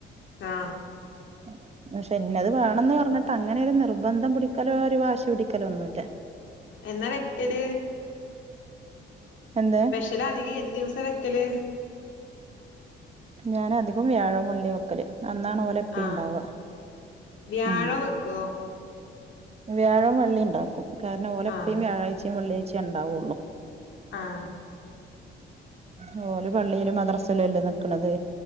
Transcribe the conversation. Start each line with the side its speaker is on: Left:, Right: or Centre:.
Left: ആ
Right: <inaudible> പക്ഷെ ഇന്നത് വേണന്ന് പറഞ്ഞിട്ട് അങ്ങനെ ഒരു നിർബന്ധം പിടിക്കലോ ഒരു വാശി പിടിക്കലോ ഒന്നൂല്ലാ
Left: എന്നാ വെക്കട്
Right: എന്ത്
Left: സ്പെഷ്യല് അധികം ഏത് ദിവസാ വെക്കല്
Right: ഞാന അധികം വ്യാഴംമള്ളി വെക്കല് അന്നാണ് പോലെ എപ്പ
Left: ആഹ്
Right: ഉണ്ടാവുക
Left: വ്യാഴം
Right: ഉം
Left: വെക്കുവോ
Right: വ്യാഴം വെള്ളി ഉണ്ടാക്കും കാരണം ഓലെപ്പും
Left: ആഹ്
Right: വ്യാഴാഴ്ചയും വെള്ളിയാഴ്ചയും ഉണ്ടാവുള്ളൂ
Left: ആഹ
Right: ഉ ഓല് പള്ളിയിലും മദ്രസയിലും അല്ലേ നിക്കണത്